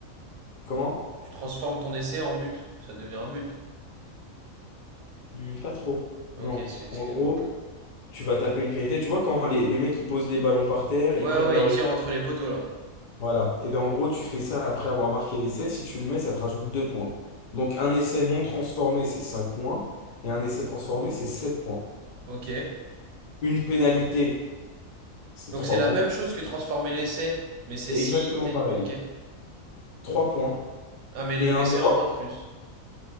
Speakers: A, on the left; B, on the right.
A: Comment?
B: Tu transformes ton essai en but. Ça devient un but.
A: Hmm, pas trop.
B: Ok,
A: Non.
B: c'est- excuse-moi.
A: En gros, tu vas taper une pénalité. Tu vois, quand les, les mecs, ils posent les ballons par terre, ils
B: Ouais,
A: prennent
B: ouais,
A: leur...
B: il tire entre les poteaux, là.
A: Voilà. Et bien en gros, tu fais ça après avoir marqué l'essai. Si tu le mets, ça te rajoute 2 points. Donc un essai non transformé, c'est 5 points. Et un essai transformé, c'est 7 points.
B: Ok.
A: Une pénalité, c'est
B: Donc
A: 3
B: c'est la
A: points.
B: même chose que transformer l'essai, mais c'est
A: Exactement
B: si... t'es
A: pareil.
B: une- Ok.
A: 3 points.
B: Ah, mais, le-
A: Et un
B: mais c'est
A: drop,
B: un point de plus.